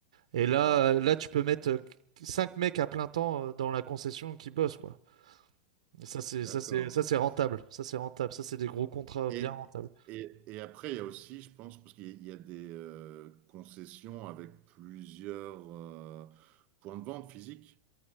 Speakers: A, on the right; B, on the right.
A: Et là,
B: Waouh,
A: euh, là tu peux mettre 5 mecs à plein temps euh, dans la concession qui bossent, quoi. Et ça, c'est,
B: d'accord.
A: ça, c'est, ça, c'est rentable. Ça, c'est rentable. Ça, c'est des gros contrats
B: Et,
A: bien rentables.
B: et, et après, il y a aussi, je pense, parce qu'il y a il y a des euh, concessions avec plusieurs euh, points de vente physiques.